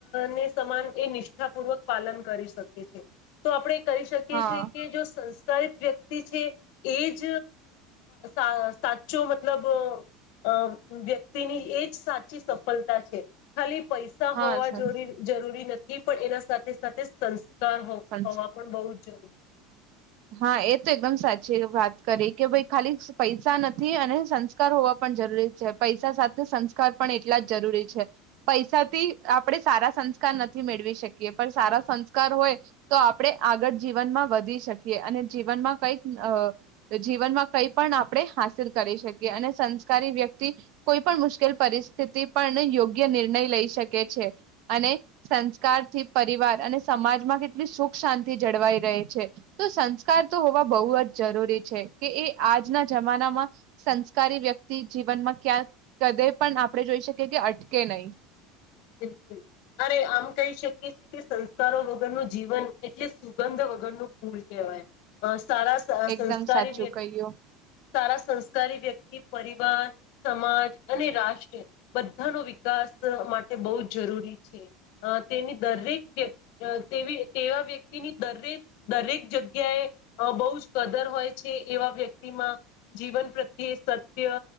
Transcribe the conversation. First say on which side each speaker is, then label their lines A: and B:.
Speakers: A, on the left; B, on the right.
A: ને સમાન એ નિષ્ઠાપૂર્વક પાલન કરી શકે છે તો આપડણે કરી શકીએ
B: હા
A: છીએ કે સસ્તા સારી વ્યક્તિ છે એજ અ સાચો મતલબ અ વ્યક્તિની એજ સાચી સફળતા છે ખાલી પૈસા
B: હા
A: હોવા
B: સંસ્
A: જો જરૂરી નથી એ પણ એના સાથે સાથે સંસ્થા હો
B: સંસ્
A: હોવા પણ બહુ જરૂરી
B: હા એ તો એકદમ સાચી વાત કરી કે ભાઈ ખાલી પૈસા નથી અને સંસ્કાર હોવા પણ જરૂરી છે પૈસા સાથે સંસ્કાર પણ એટલા જ જરૂરી છે પૈસાથી આપણે સારા સંસ્કાર નથી મેળવી શકીએ પણ સારા સંસ્કાર હોય તો આપણે આગણ જીવનમાં વધી શકીએ અને જીવનમાં કઈક જીવનમાં કંઈ પણ આપણે હાસિલ કરી શકીએ અને સંસ્કારી વ્યક્તિ કોઈ પણ મુશ્કેલ પરિસ્થિતિ પણ યોગ્ય નિર્ણય લઈ શકે છે અને સંસ્કારથી પરિવાર અને સમાજમાં કેટલી સુખ શાંતિ જળવાઈ રહે છે તો સંસ્કાર તો હોવા બહુ જ જરૂરી છે કે એ આજના જમાનામાં સંસ્કારી વ્યક્તિ જીવનમાં ક્યાંક કદે પણ આપણે જોઈ શકીએ કે અટકે નહી
A: બિલકુલ અરે આમ કહી શકીએ છીએ સંસ્કારો વગરનું જીવન એટલે સુગંધ વગરનું ફૂલ કહેવાય બસ સારા સહ
B: એકદમ
A: સંસ્કારી
B: સાચું
A: વ્યક્તિ
B: કહ્યું
A: સારા સંસ્કારી વ્યક્તિ પરિવાર સમાજ અને રાષ્ટ્ર બધાનો વિકાસ માટે તે બહુ જ જરૂરી છે અ તેની દરેક વ્ય તેવી તેવા વ્યક્તિની દરેક દરેક જગ્યાએ અ બહુ જ કદર હોય છે એવા વ્યક્તિમાં જીવન પ્રત્યે સત્ય